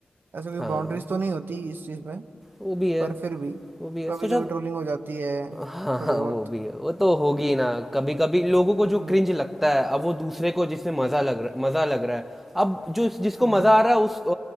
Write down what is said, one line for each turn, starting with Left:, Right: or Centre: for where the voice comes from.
Right: ऐसे कोई
Centre: हाँ
Right: बाउंड्रीज तो नहीं होती इस चीज में
Centre: वो भी है
Right: पर फिर भी
Centre: वो भी है
Right: कभी
Centre: सोचा
Right: कभी ट्रोलिंग हो जाती है
Centre: हाँ
Right: थोड़ी
Centre: हाँ
Right: बहुत
Centre: वो भी है वो तो होगी ना कभी कभी लोगों को
Right: हम्म
Centre: जो क्रिंज लगता है अब वो दूसरे को जिसमें मजा लग रहा मजा लग रहा है अब जो जिसको
Right: हम्म
Centre: मजा आ रहा है उस, अ,